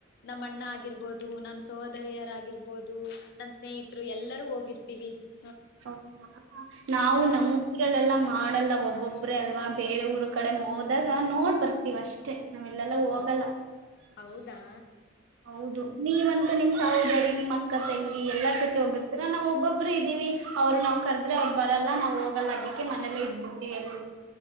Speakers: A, on the left; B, on the right.
A: ನಮ್ಮ ಅಣ್ಣ ಆಗಿರಬಹುದು, ನಮ್ಮ ಸಹೋದರಿಯರಾಗಿರ್ಬೋದು ರ್ಬೋದು.. ನಾನ್ ಸ ಸ್ನೇಹಿರ್ತು ಎಲ್ಲರೂ ಹೋಗಿರ್ <inaudible>
B: <inaudible> <inaudible> <inaudible>
A: ಹೌ ಹೌದಾ
B: ನಿಮ್ ಸಹೋದರಿ ನಿಮ್ ಅಕ್ಕ ತಂಗಿ ಎಲ್ಲಾ ಜೊತೆ ಹೋಗುತ್ತೀರಾ ನಾವು ಒಬ್ಬೊಬ್ರೆ ಇದೀವಿ ಅವರ ನಾವ್ ಕಾರಡ್ರೆ ಅವ್ರ ಬರಲ್ಲ ನಾವ್ ಹೋಗಲ್ಲ ಅದಕ್ಕೆ ಮನೇಲೆ ಇಡ್ಬಿಡ್ತೀವಿ ಎಲ್ಲಿಗೂ